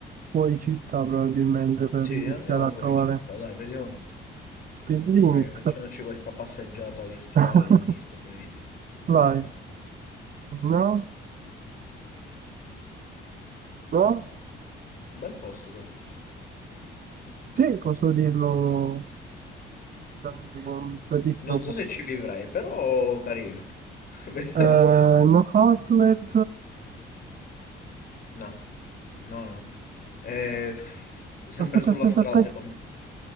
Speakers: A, on the right; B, on the left.
A: fuori città probabilmente per
B: sì,
A: iniziare
B: andiamo
A: a
B: fuori
A: trovare
B: città, dai, vediamo.
A: speed limit.
B: Noi facciamoci questa passeggiata virtuale
A: <laughs>
B: negli Stati Uniti.
A: Vai. No? No?
B: Un bel posto però.
A: Sì, posso dirlo veramente che è un bellissimo
B: Non
A: posto.
B: so se ci vivrei, però carino. <laughs> Vediamo.
A: Eh, no Outlet.
B: No, no, no. Eh, sempre
A: Aspetta,
B: sulla
A: aspetta,
B: strada
A: aspetta.
B: secondo...